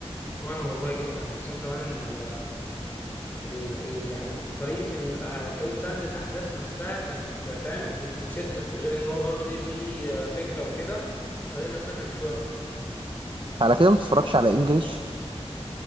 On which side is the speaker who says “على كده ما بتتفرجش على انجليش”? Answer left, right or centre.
Right